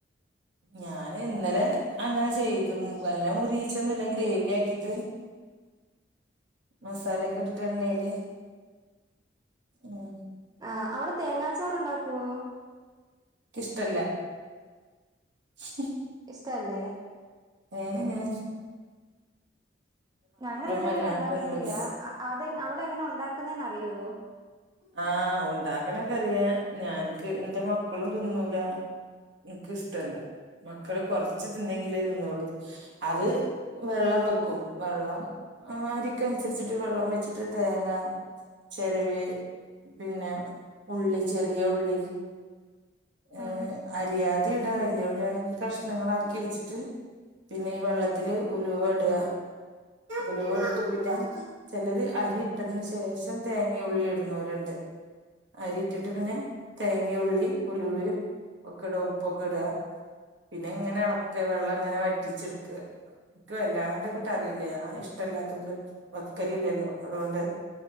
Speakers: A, on the right (about 80°); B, on the right (about 20°).
A: ഞാൻ ഇന്നലെ അങ്ങനെ ചെയ്തു എല്ലാം ഉരിയിച്ചൊന്നുമല്ല ഗ്രേവി ആക്കിട്ട് മസാല ഒക്കെ ഇട്ടിട്ട് എണ്ണേയില് ഉം
B: ആ അവിടെ തേങ്ങാ ച്ചോറ ഉണ്ടാക്കുവോ
A: ഇഷ്ടല്ല ഇഷ്ട
B: ഇഷ്ടല്ലേ
A: ഏ എ
B: ഞങ്ങ ഇവിടെ
A: വല്ലാണ്ട്
B: അങ്ങനെ ഉണ്ടാക്കത്തില്ല
A: തിന്നൂല
B: അത് അവിടെ എങ്ങനെ ഉണ്ടാക്കുന്നറിയോ അറയോ
A: ആഹ് ഉണ്ടാക്കണക്ക അറിയാ ഞാനക്ക് എന്റെ മക്കളും തിന്നൂല എനക്ക് ഇഷ്ടല്ല മക്കള് കൊറച്ച് തിന്നെങ്കിലേ തിന്നുള്ളു അത് വെള്ളം വെക്കും വെള്ളം അരിക്ക് അനുസരിച്ചിട്ട് വെള്ളം വെച്ചിട്ട് തേങ്ങ ചരവി പിന്നെ ഉള്ളി ചെറിയ ഉള്ളി ഏഹ്
B: ഉം
A: അരിയാ <unintelligible> വെല്യ ഉള്ളി ആണെങ്കി കഷ്ണങ്ങളാക്കി വെച്ചിട്ട് പിന്നെ ഈ വെള്ളത്തില് ഉലുവ ഇടുക ഉലുവ ഇട്ടിട്ട് പിന്നെ ചിലര് അരി ഇട്ടതിന് ശേഷം തേങ്ങ ഉള്ളിടും ന്നോല്ണ്ട് അരിയിട്ടിട്ട് പിന്നെ തേങ്ങ ഉള്ളിയും ഉലുവേം ഒക്കെ ഇടാ ഉപ്പൊക്കെ ഇടുക പിന്നെ ഇങ്ങനെ ഇളക്കാ വെള്ളം ഇങ്ങനെ വറ്റിച്ചെടുക്കാ ഇൻക് വല്ലാണ്ട് ഇങ്ങിട്ട് അറിയില്ല ഞാൻ ഇഷ്ടല്ല വക്കലില്ലല്ലോ അതുകൊണ്ട്